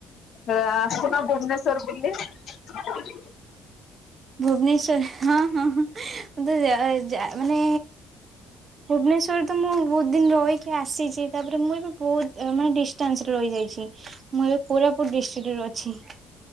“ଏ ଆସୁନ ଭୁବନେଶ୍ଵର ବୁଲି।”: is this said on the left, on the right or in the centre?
Left